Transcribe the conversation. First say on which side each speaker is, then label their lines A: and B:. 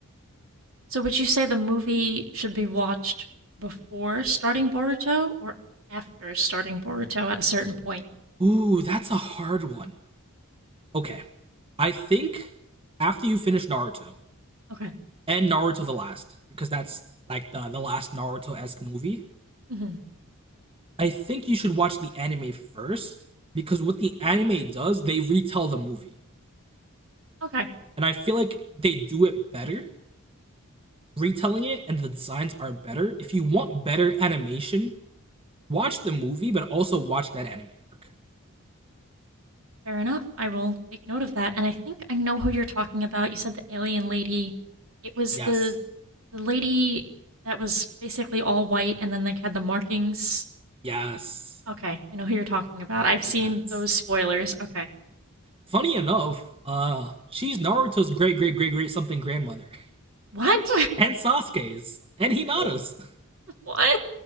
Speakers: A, on the right (about 65°); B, on the right (about 25°).
A: So would you say the movie should be watched before starting Boruto or after starting Boruto at a certain point?
B: Ooh, that's a hard one. Okay, I think after you finish Naruto
A: Okay.
B: and Naruto the Last, because that's like the the last Naruto esque movie,
A: hmm.
B: I think you should watch the anime first because what the anime does, they retell the movie.
A: Okay.
B: and I feel like they do it better retelling it, and the designs are better. If you want better animation, watch the movie, but also watch that anime arc.
A: Fair enough. I will take note of that. And I think I know who you're talking about. You said the alien lady. It was
B: Yes,
A: the the lady that was basically all white and then like had the markings.
B: yes,
A: Okay, I know who you're talking about. I've seen
B: yes.
A: those spoilers. Okay.
B: Funny enough, uh, she's Naruto's great, great, great, great something grandmother,
A: What?
B: <laughs> and Sasuke's, and Hinata's.
A: <laughs>
B: <laughs>
A: what?